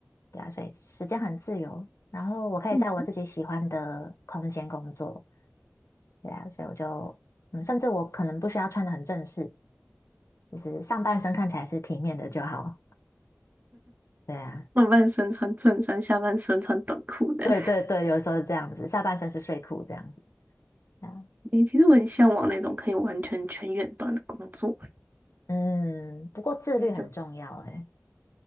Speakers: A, on the left; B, on the right.
A: 对啊，所以时间很自由，然后我可以在我自己喜欢的空间工作。
B: 嗯，
A: 对啊，所以我就，嗯，甚至我可能不需要穿的很正式，就是上半身看起来是体面的就好。对啊，
B: 上半身穿衬衫，下半身穿短裤的。
A: 对对对，
B: <laughs>
A: 有时候是这样子，下半身是睡裤这样子。对啊，
B: 诶，其实我很向往那种可以完全全远端的工作欸
A: 嗯，不过自律很重要诶。
B: 所以就